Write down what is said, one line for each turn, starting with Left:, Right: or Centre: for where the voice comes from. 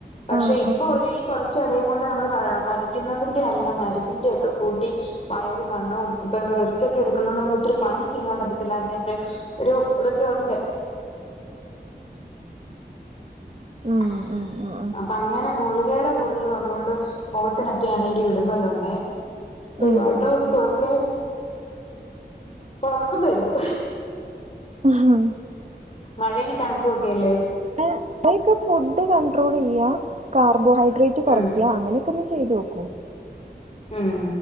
Left: പക്ഷെ
Right: ആഹ്
Left: ഇപ്പൊ
Right: ആഹ് ആഹ്
Left: ഒരു ഈ കുറ ച്ചടയും കൊണ്ട് നമ്മള് കഴിക്കുന്നതിന്റെ അല്ല മരുന്നിന്റെ ഒക്കെ കൂട്ടി വയറും വണ്ണവും ഇപ്പൊ റെസ്റ്റ് ഒക്കെ എടുക്കുന്നുന്നത് കൊണ്ട് നമ്മള ഒത്തിരി പണി ചെയ്യാൻ പറ്റത്തില്ലാ അതെന്റെ ഒരു ഇതൊക്കെ ഉണ്ട്
Right: ഉം
Left: അ
Right: ഉം ഉം ഉം
Left: അപ്പൊ അങ്ങനെ ഗുളികേട കൂടുതൽ വന്നൊണ്ട് മുഖത്തിനൊക്കെയാണെങ്കി ഒരു ഇടുമ്മലുണ്ടെ അപ്പൊ
Right: ഉം
Left: വട്ടക്കെ
Right: ഉം ഉം
Left: കൊറക്കാൻ ഉറക്കം വരുന്നു
Right: അഹ
Left: മഴയെങ്ങും തണുപ്പും ഒക്കെ അല്ലേ ന്ന്
Right: <unintelligible> ഫുഡ് കണ്ട്രോൾ ചെയ്യ കാർബോഹൈഡ്രേറ്റ് കുറയ്ക്ക
Left: ഉം
Right: അങ്ങനെ ഇപ്പൊന്ന് ചെയ്ത് നോക്കോ
Left: ഉം